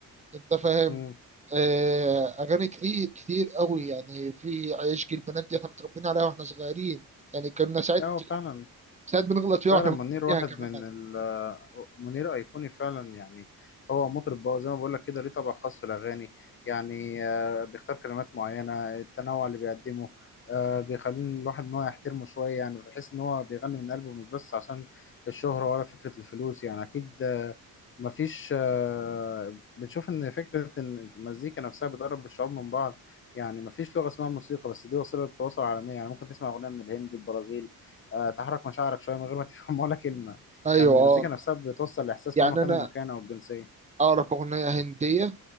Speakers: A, on the right (about 20°); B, on the left (about 35°).
A: أنت فاهم
B: امم
A: آه أغاني كتير كتير أوي يعني في عشق البنات دي إحنا متربيين عليها وإحنا صغيرين يعني كنا ساعات
B: لا هو فعلا
A: ساعات بنغلط فيها
B: فعلا
A: وإحنا بنغلط
B: منير واحد
A: فيها كمان
B: من ال منير أيقوني فعلا يعني هو مطرب بقى زي ما بقول لك كده ليه طبع خاص في الأغاني يعني آه، بيختار كلمات معينة التنوع اللي بيقدمه آه، بيخلي الواحد إن هو يحترمه شوية يعني بحيث إن هو بيغني من قلبه مش بس عشان الشهرة ولا فكرة الفلوس يعني أكيد آه، مفيش آه، بنشوف إن فكرة إن المزيكا نفسها بتقرب الشعوب من بعض يعني مفيش لغة اسمها موسيقى بس دي وسيلة تواصل عالمية يعني ممكن تسمع أغنية من الهند البرازيل آه، تحرك مشاعرك شويه من غير ما تفهم ولا كلمه
A: ايوه
B: يعني المزيكا
A: اه
B: نفسها بتوصل لاحساس
A: يعني
B: مهما كان
A: انا
B: المكان او الجنسيه
A: اعرف اغنيه هنديه